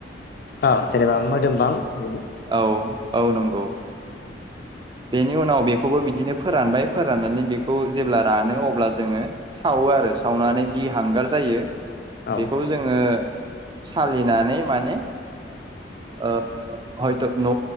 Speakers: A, on the left; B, on the right.
A: ओ जेनेबा मोदोमबां बेनि
B: औ औ नंगौ बेनि उनाव बेखौबो बिदिनो फोरानबाय फोराननानै बेखौ जेब्ला रानो अब्ला जोङो सावो आरो सावनानै जि हांगार जायो
A: औ
B: बेखौ जोङो सालिनानै माने ओ हयथ' न'